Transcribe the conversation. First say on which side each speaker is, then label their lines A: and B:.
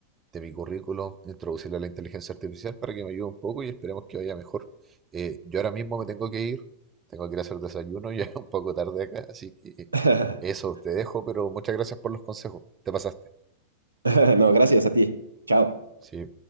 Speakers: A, on the right (about 25°); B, on the right (about 80°).
A: de mi currículum, introducirle la inteligencia artificial para que me ayude un poco y esperemos que vaya mejor. Eh, yo ahora mismo me tengo que ir, tengo que ir a hacer desayuno, <laughs> ya es un poco tarde acá, así que
B: <laughs>
A: eso te dejo, pero muchas gracias por los consejos, te pasaste.
B: <laughs> No, gracias a ti. Chao.
A: Sí,